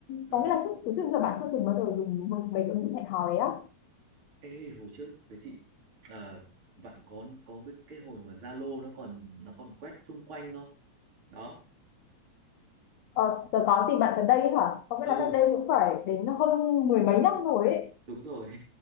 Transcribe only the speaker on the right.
Ừ.
Ê, hồi trước tới chị à, bạn có có biết cái hồi mà Zalo nó còn nó còn quét xung quanh không? Đó.
Ừ,
đúng rồi.